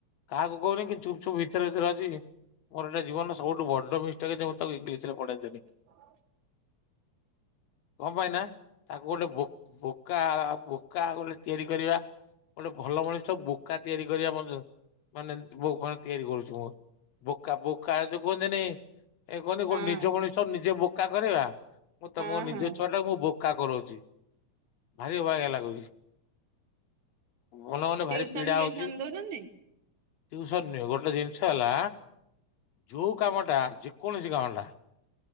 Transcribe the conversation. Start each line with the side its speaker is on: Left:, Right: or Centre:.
Left: କାହାକୁ କହୁନି କିନ୍ତୁ ଚୁପ୍ ଚୁପ୍ ଭିତରେ ଭିତରେ ଅଛି ନି ମୋର ଏଇଟା ଜୀବନର ସବୁଠୁ ବଡ ମିସଟେକ୍ ଯେ ମୁଁ ତାକୁ ଇଂଲିଶରେ ପଢେଇ ଦେଲି।
Right: <inaudible>
Left: କଣ ପାଇଁ ନା ତାକୁ ଗୋଟେ ବ ବୋକା ବୋକା ଗୋଟେ ତିଆରି କରିବା। ଗୋଟେ ଭଲ ମଣିଷ ବୋକା ତିଆରି କରିବା ମନ୍ଦ ମାନେ ମୋ ଘରେ ତିଆରି କରୁଛି ମୁ। ବୋକା ବୋକା ଏ କୁହନ୍ତି ଏ କୁହନ୍ତି ଗୋଟେ
Right: ହଁ
Left: ନିଜ ମଣିଷ ନିଜେ ବୋକା କରେଇବା। ମୁଁ ତ
Right: ହଁ
Left: ମୋ ନିଜ
Right: ହଁ
Left: ଛୁଆ ଟାକୁ ମୁଁ ବୋକା କରଉଛି ଭାରି ଅବାଗିଆ ଲାଗୁଛି। ଘନେ ଘନେ
Right: ଟିଉସନ
Left: ଭାରି ପୀଡା
Right: ଫିଉସନ
Left: ହଉଛି।
Right: ଦଉଛନ୍ତି?
Left: ଟିୟୁସନ୍ ନିଅ ଗୋଟେ ଜିନିଷ ହେଲା ଯେଉଁ କାମଟା ଯେକୌଣସି କାମଟା